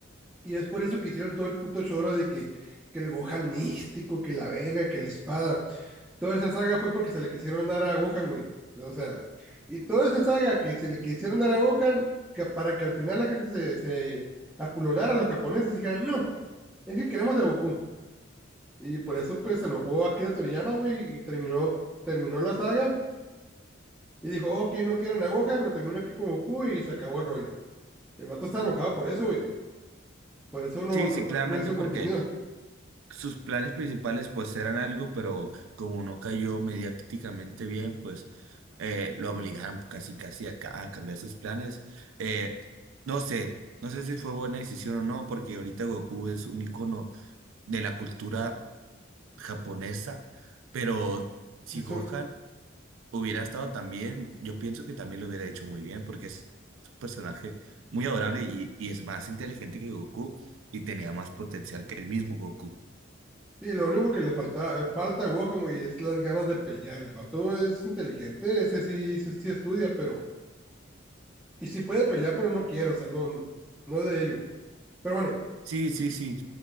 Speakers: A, in the centre; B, on the right.
A: Y es por eso que hicieron todo el puto choro de que, que el Gohan místico, que la verga, que la espada. Toda esa saga fue porque se le quisieron dar a Gohan, güey. O sea, y toda esa saga que se le quisieron dar a Gohan, que para que al final la gente se, se aculonara a los japoneses y dijeran, no, es que queremos a Goku. Y por eso pues se enojó Akira Toriyama, güey, y terminó, terminó la saga y dijo, ok, no quieren a Gohan, lo termino aquí con Goku y se acabó el rollo. El vato está enojado por eso, güey. Por eso no,
B: Sí,
A: no,
B: sí,
A: no
B: claramente
A: no hizo
B: porque
A: contenido.
B: Sus planes principales pues eran algo, pero como no cayó mediáticamente bien, pues eh, lo obligaron casi casi a, ca- a cambiar sus planes. Eh, no sé, no sé si fue buena decisión o no, porque ahorita Goku es un icono de la cultura japonesa, pero si
A: Es
B: Gohan hubiera estado tan bien, yo pienso que también lo hubiera hecho muy bien, porque es un personaje muy adorable y, y es más inteligente que Goku y tenía más potencial que el mismo Goku.
A: Sí, lo único que le falta, falta a Gohan, güey, es las ganas de pelear. El vato es inteligente, ese sí, sí, sí estudia, pero. Y sí puede pelear, pero no quiere, o sea, no, no, no es de ello. Pero bueno,
B: Sí, sí, sí.